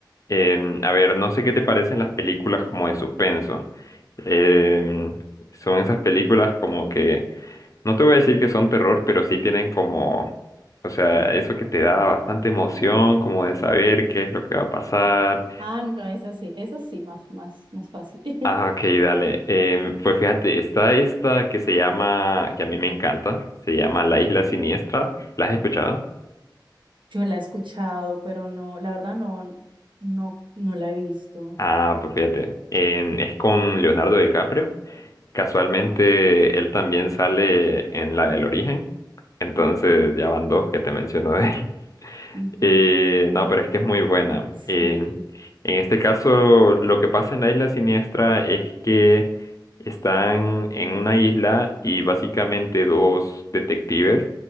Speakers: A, on the left; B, on the right.
A: em, a ver, no sé qué te parecen las películas como de suspenso. Em, son esas películas como que, no te voy a decir que son terror, pero sí tienen como, o sea, eso que te da bastante emoción, como de saber qué es lo que va a pasar.
B: Ah, no, es así, es así, más, más, más fácil. <laughs>
A: Ah, ok, dale. Em, pues fíjate, está esta que se llama, que a mí me encanta, se llama La Isla Siniestra. ¿La has escuchado?
B: Yo la he escuchado, pero no, la verdad no, no, no la he visto.
A: Ah, pues fíjate, en- es con Leonardo DiCaprio. Casualmente
B: Oh,
A: él también sale en la del origen, entonces ya van dos que te menciono de él.
B: ujú.
A: Eh, no, pero es que es muy buena.
B: Sí.
A: Eh, en este caso, lo que pasa en la isla siniestra es que están en una isla y básicamente dos detectives